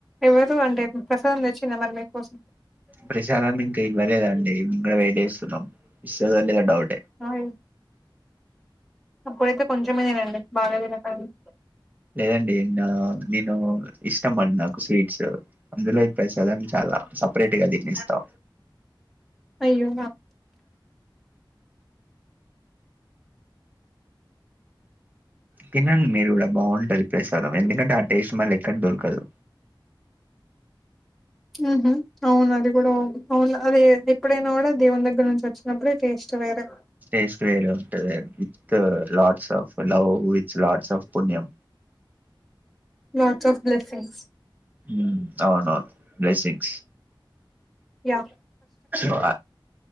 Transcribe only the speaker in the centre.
ఎవరు అంటే ప్రస్ ప్రసాదం తిచిర మరి మీ కోసం
ఆయిల్ అప్పుడైతే కొంచమే తనండి బాగా తినకండి
అయ్యో
ఉహ అవును అది కూడావు అవును అది ఎప్పుడైనా కూడా దేవుని దగ్గర నుంచి వచ్చినప్పుడే టేస్ట్ వెరే
లోడ్స్ ఆఫ్ బ్లెసింగ్స్
యా